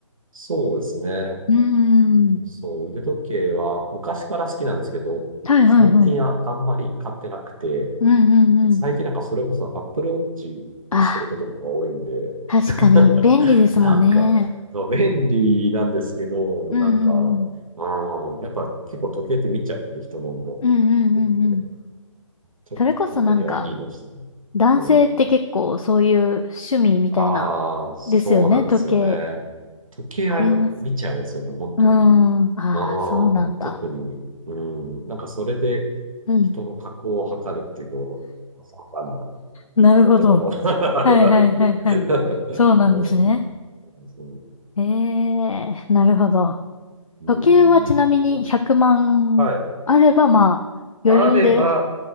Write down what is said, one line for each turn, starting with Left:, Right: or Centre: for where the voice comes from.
Right: そうですね。
Left: うーん。
Right: うんそう、腕時計は昔から好きなんですけど、
Left: はいはいはい。
Right: 最近あ、あんまり買ってなくて、
Left: うんうんうん。
Right: 最近なんかそれこそ Apple Watch
Left: あ
Right: してることの方が多いんで、
Left: あ、確かに便利ですもんね。
Right: <laughs> なんか、そう、便利なんですけど、
Left: うんうん
Right: なんか、うん、やっぱ結構時計って見ちゃうんで、人のも。
Left: うん。うんうんうんうん。
Right: うんちょっとたまにはいいのしたね。
Left: それこそなんか、男性って結構そういう趣味みたいな、
Right: うん。ああ、そうなんですよね。
Left: ですよね、時計。
Right: 時計はやっぱ見ちゃうんですよね、
Left: あります。
Right: 本当に。
Left: うーん。ああ、
Right: うん、
Left: そうなんだ。
Right: 特に。うん、なんかそれで
Left: うん。
Right: 人の格を測るっていうのは、浅はかな
Left: なるほど。
Right: 男の <laughs> あれがあるんで
Left: はいはいはいはい。
Right: <laughs>
Left: そうなんですね。
Right: うん、そう
Left: ええ、なるほど。
Right: うん、
Left: 時計はちなみに100万あれば、
Right: ちょっはい。
Left: まあ、余裕で
Right: あれば、